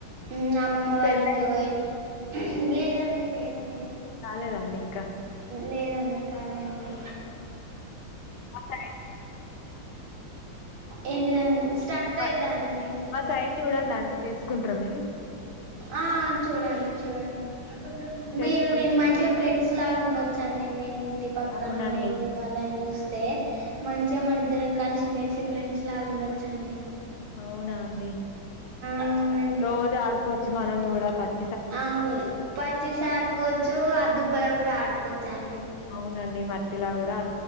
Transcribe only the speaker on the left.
మీకు
పెళ్ళై
కాలేదండి ఇంకా.
మా సైడ్
మా
మా సైడ్ చూడాలండి చేసుకుంటార మీరు.
చేసుకుంటార
అవునండి
అవునా అండి
రోజు ఆడుకోవచ్చు మనం కూడా పక్.
అవునండి మట్టిలా కూడా ఆడు.